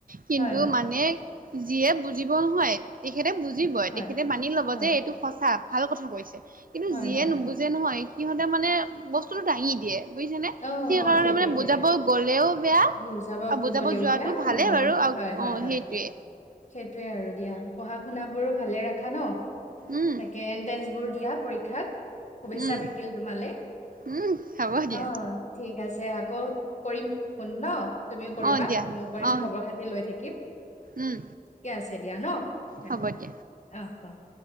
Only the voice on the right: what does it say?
কিন্তু
মানে যিয়ে বুজিব নহয় তেখেতে বুজিবই।
তেখেতে মানি ল'ব
যে, এইটো সঁচা, ভাল কথা কৈছে। কিন্তু
যিয়ে
নুবুজে
নহয়, সিহঁতে মানে বস্তুটো দাঙি দিয়ে। বুজিছা নে?
সেইকাৰণে
মানে বুজাব
গ'লেও বেয়া,
আৰু বুজাব
যোৱাটো
ভালে
বাৰু। অ'
সেইটোৱে।
উম
উম
উম হ'ব দিয়া
অ দিয়া
অ
উম
হ'ব দিয়া